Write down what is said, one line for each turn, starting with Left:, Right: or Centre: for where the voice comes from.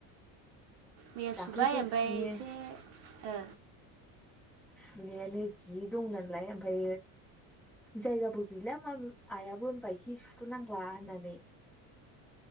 Right: मैया
Centre: दाख्लैफोर
Right: सुबाय ओमफाय
Centre: सुने
Right: एसे ओ
Centre: सुनायानो जि दं नालाय ओमफायो जायगाबो गैला माबो आइयाबो होनबाय सि सुथ' नांला होननानै